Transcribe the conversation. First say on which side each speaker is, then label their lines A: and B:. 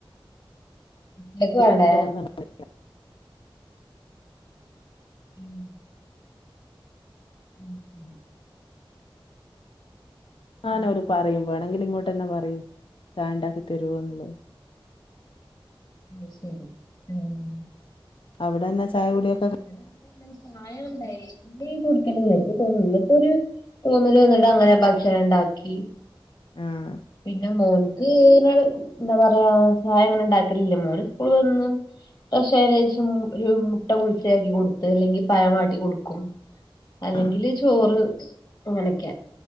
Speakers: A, on the left; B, on the left.
A: ങ്ങക്ക്
B: എനിക്കും
A: വേണ്ടേ
B: അത്ര നിർബന്ധമില്ല.
A: ഉം <unintelligible>
B: ആന
A: ഉം
B: അവര് പറയും വേണങ്കിൽ ഇങ്ങോട്ട്ന്നെ പറയും ചായണ്ടാക്കി തരോന്നുള്ളഹ്
A: അഹ് ശരി ഉം
B: അവിടെന്ന ചായ കുടിയെ
A: ഇവടെ അങ്ങൻ തെന്നെ ഷായ <unintelligible> <unintelligible> കുടിക്കല് നിക്ക് തോന്നുന്നു ഇപ്പൊ ഒരു തോന്നല് തന്നിട്ട അങ്ങനെ ഭക്ഷണംണ്ടാക്കി
B: ആഹ്
A: പിന്നെ മോൻക്ക് ന്നോട് എന്താ പറയാ ഷായ ങ്ങനെ ണ്ടാക്കല് ല്ല മോന് സ്കൂള്ന്ന് എക്ഷേ ഏദേശം ഒരു മുട്ട ബുളിച്ചയാക്കി കൊടുത്ത് ല്ലെങ്കി പഴവാട്ടി കൊടുക്കും അല്ലെങ്കില്
B: ആഹ്.
A: ചോറ് അങ്ങനെയൊക്കെയാ